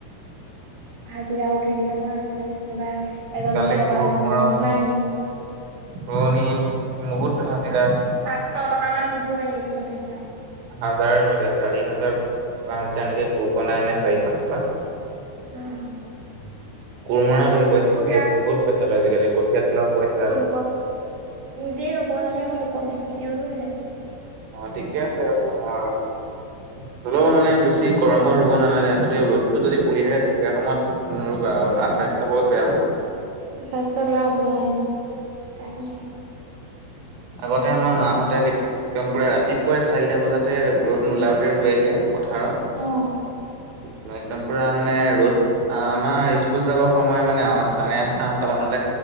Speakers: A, on the right; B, on the right.
A: হাজিৰাও দেৰি নহয় আজিকালি কোনোবা
B: আজিকালি
A: এজনীকে লগালে
B: সৰু সময়ত
A: যেনিবা কিমান
B: পুৰণি বহুত হাজিৰা
A: পাঁচশ টকা মান নিবই এদিনতে সপায়
B: হাজাৰ লাগে চাৰি হাজাৰ পাঁচ হাজাৰ এনেকে গ্ৰুপ নাই আনে চাৰি পাঁচটা <unintelligible>
A: অ
B: কোৰমৰাওঁ
A: সেইটোয়ে
B: ৰ
A: সেইবোৰ
B: পইচা
A: এতিয়া
B: বহুত পইচা লয় আজিকালি কঠিয়া তোলাও পইচা
A: লক নিজে ৰুব জানে আকৌ লোক দি দিয়োনো
B: অ ঠিকে আছে অ হলেও মানে বেছি গৰমৰ ৰুব নালাগে আগতে ৰ'দটো যদি পৰি থাকে দুপৰীয়া সময়তা স্বাস্থ্য বহুত বেয়া হ'ব।
A: স্বাস্থ্য বেয়া হ'বই চাগে
B: আগতে আমাৰ মাহঁতে একম পুৰা ৰাতিপুৱাই চাৰিটা বজাতে ৰ'দ নোলাওতে ৰোৱেগে পথাৰত
A: অ
B: এক্দম পুৰা মানে ৰ'দ অ আমাৰ স্কুল যাবৰ সময় মানে অ চাৰে আঠটা আঠটা মানলৈ